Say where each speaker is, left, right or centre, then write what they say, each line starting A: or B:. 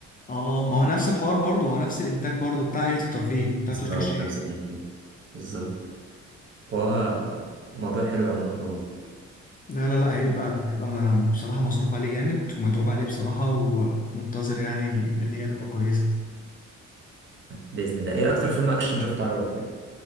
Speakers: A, on the left; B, on the right.
A: اه ما هو نفس الحوار برضه ما هو نفس الانتاج برضه بتاع هيئة الترفيه بتاع
B: بالظبط
A: تركي الشيخ
B: نفس الكلام بالظبط فهو الموضوع حلو عموما قوي
A: لا لا لا هيبقى هيبقى ما بصراحة مصروف عليه جامد ومتعوب عليه بصراحة ومنتظر يعني نتيجة تبقى كويسة
B: باذن الله ايه اكتر فيلم اكشن شفته عجبك طيب